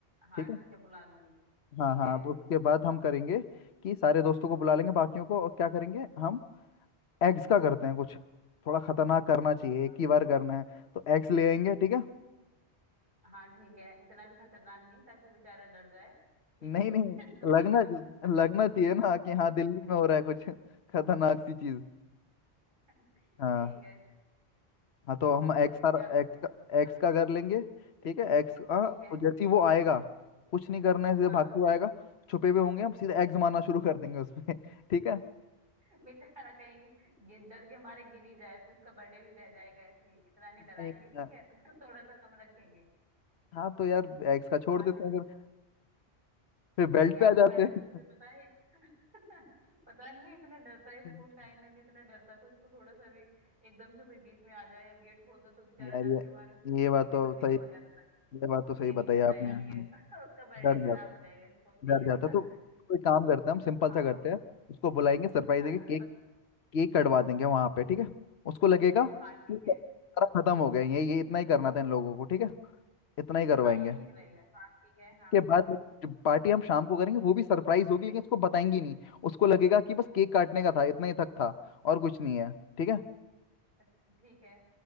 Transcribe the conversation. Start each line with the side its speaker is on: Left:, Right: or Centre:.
Right: हाँ
Left: ठीक है
Right: ठीक है बुला लूंगी
Left: हाँ
Right: ठीक
Left: हाँ
Right: है
Left: तो उसके बाद हम करेंगे कि सारे दोस्तों को बुला लेंगे बाकियों को और क्या करेंगे हम एग्स का करते हैं कुछ थोड़ा खतरनाक करना चाहिए
Right: हाँ
Left: एक ही बार करना है तो एग्स ले आएंगे ठीक है
Right: हाँ ठीक है इतना भी खतरनाक नहीं ताकि बेचारा डर जाए ठीक
Left: नहीं
Right: है
Left: नहीं
Right: <laughs> थोड़ा
Left: लगना
Right: सा <laughs>
Left: लगना चाहिए ना कि हाँ दिल्ली में हो रहा है कुछ खतरनाक सी चीज
Right: ठीक
Left: हाँ
Right: है
Left: हाँ तो हम
Right: फिर
Left: एक्स
Right: उस
Left: आर
Right: क्या करना
Left: एक्स
Right: है
Left: का एक्स
Right: हाँ
Left: का कर लेंगे ठीक है एक्स हाँ
Right: ठीक है
Left: और जैसे ही वो आएगा कुछ नहीं करना है सीधे
Right: हाँ
Left: भागते हुए आएगा छुपे हुए होंगे हम सीधे एक्स मारना शुरू कर देंगे उसपे <laughs> ठीक है
Right: <laughs> बेचारा कहीं गि- डर के मारे गिर ही जाए तो उसका बर्थडे भी रह जाएगा ऐसे ही इतना नहीं डराएंगे
Left: नहीं,
Right: ठीक
Left: हाँ
Right: है <laughs> तो थोड़ा सा कम रखेंगे
Left: हाँ, तो यार एक्स का छोड़
Right: हाँ
Left: देते
Right: ठीक-
Left: हैं फिर फिर बेल्ट
Right: आ यार
Left: पे आ
Right: वो
Left: जाते
Right: वैसे
Left: हैं
Right: भी तुझे पता है <laughs> पता नहीं है इतना डरता है स्कूल
Left: <laughs>
Right: टाइम में भी इतना डरता था उसको थोड़ा सा भी एकदम से कोई बीच में आ जाए या गेट खोल दो तो बेचारा
Left: यार
Right: डर
Left: ये
Right: के मारे उसके
Left: ये
Right: पसीने
Left: बात तो
Right: पसीने
Left: सही
Right: हो जाता था
Left: ये बात तो सही
Right: ये
Left: बताई
Right: नहीं करना
Left: आपने
Right: यार
Left: हाँ,
Right: ये <laughs> उसका बर्थडे
Left: डर
Right: खराब
Left: जाते
Right: हो जाएगा इसको नहीं
Left: डर
Right: करना
Left: जाता है तो कोई काम करते हैं हम सिंपल
Right: हाँ
Left: सा करते हैं उसको बुलाएंगे सरप्राइज
Right: हाँ
Left: देंगे
Right: सिंपल
Left: केक केक कटवा देंगे वहां पे ठीक है उसको लगेगा
Right: हाँ ठीक
Left: कि
Right: है
Left: सारा खत्म हो गया ये ये इतना ही करना था इन लोगों को ठीक है इतना ही करवाएंगे
Right: हाँ ये ठीक रहेगा हाँ ठीक है हाँ
Left: के बाद जो पार्टी हम शाम को करेंगे वो भी सरप्राइज होगी लेकिन उसको बताएंगे नहीं उसको लगेगा कि बस केक काटने का था इतना ही तक था और कुछ नहीं है ठीक है
Right: अच्छा, ठीक है